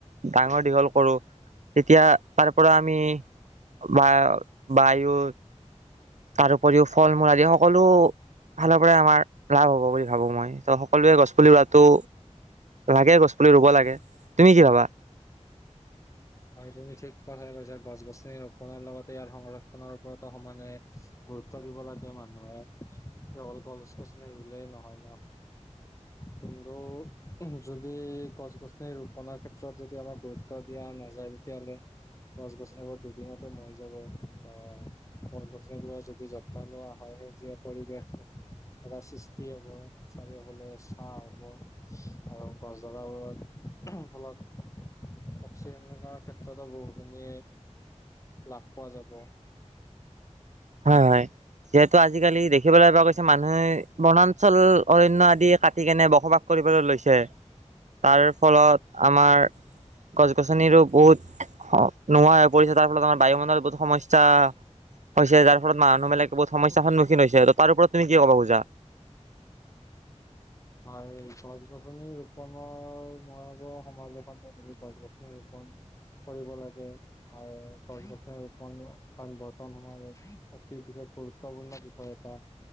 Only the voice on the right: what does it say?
ডাঙৰ দীঘল কৰো তেতিয়া তাৰ পৰা আমি বা বায়ু তাৰ উপৰিও ফল মূল আদি সকলো ফালৰ পৰাই আমাৰ লাভ হ'ব বুলি ভাবো মই ত' সকলোৱে গছ পুলি ৰোৱাতো লাগে গছ পুলি ৰুব লাগে, তুমি কি ভাবা?
হয় হয় যিহেতু আজিকালি দেখিবলৈ পোৱা গৈছে মানুহে বনাঞ্চল অৰণ্য আদি কাটি কেনে বসবাস কৰিবলৈ লৈছে। তাৰ ফলত আমাৰ গছ গছনিৰো বহুত হ, নোহোৱা হৈ পৰিছে তাৰ ফলত আমাৰ বায়ুমণ্ডলত বহুত সমস্যা হৈছে যাৰ ফল মানুহবিলাকে বহুত সমস্যাৰ সন্মুখীন হৈছে তাৰ ওপৰত তুমি কি ক'ব খোজা?